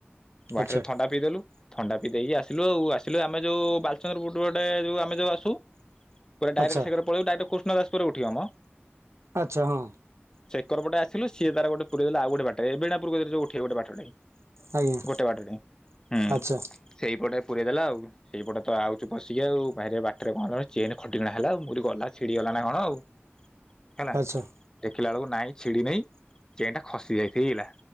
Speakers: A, on the left; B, on the right.
A: ବାଟରେ
B: ଆଚ୍ଛା
A: ଥଣ୍ଡା ପିଇଦେଲୁ ଥଣ୍ଡା ପିଇ ଦେଇକି ଆସିଲୁ ଆଉ ଆସି ଆସିଥିଲୁ ଆମେ ଯୋଉ ବାଲିଚନ୍ଦ୍ରପୁର ପଟେ ଯୋଉ ଆମେ ଯୋଉ ଆସୁ ପୁରା ଡ଼ାଇରେକ୍ଟ
B: ଆଚ୍ଛା
A: ସେକରେ ପଳେଇବୁ ଡ଼ାଇରେକ୍ଟ କୋ କୃଷ୍ଣଦାସପୁରରେ ଉଠିବ ମ
B: ଆଚ୍ଛା ହଁ।
A: ସେକର ପଟେ ଆସିଲୁ ସେ ସିଏ ତାର ଗୋଟେ ପୂରେଇ ଦେଲା ଆଉ ଗୋଟେ ବାଟରେ ଏ ବୀଣାପୁର କତିରେ ଯୋଉ ଉଠି ଠି ଗୋଟେ ବାଟଟେ
B: ଆଜ୍ଞା
A: ଗୋଟେ ବାଟଟେ ହୁଁ
B: ଆଚ୍ଛା
A: ସେଇପଟା ପୁରେଇ ଦେଲା ଆଉ ସେଇପଟେ ତ ଆଉଛୁ ପସିକି ଆଉ ବାହାର ବାଟରେ କଣ ଚେନ ଖଟିକିଣା ହେଲା ମୁ ଗଲା ଛିଡି ଗଲା ନା କଣ ଆଉ ହେଲା
B: ଆଚ୍ଛା
A: ଦେଖିଲା ବେଳକୁ ନାଇଁ ଛିଡି ନେଇହି ଚେନ୍ ଟା ଖସି ଯାଇଥିଲା